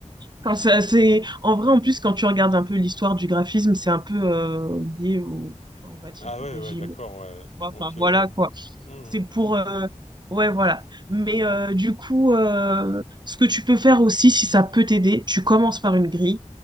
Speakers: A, on the right; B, on the left.
A: Quand ça, c'est... En vrai, en plus, quand tu regardes un peu l'histoire du graphisme, c'est un peu euh, lié au, enfin, on va dire,
B: ah
A: au
B: ouais,
A: régime.
B: ouais d'accord, ouais, ouais.
A: tu vois.
B: OK,
A: Enfin,
B: ouais.
A: voilà, quoi.
B: Mmh
A: C'est
B: mmh.
A: pour... euh, Ouais, voilà. Mais euh, du coup, euh, ce que tu peux faire aussi, si ça peut t'aider, tu commences par une grille.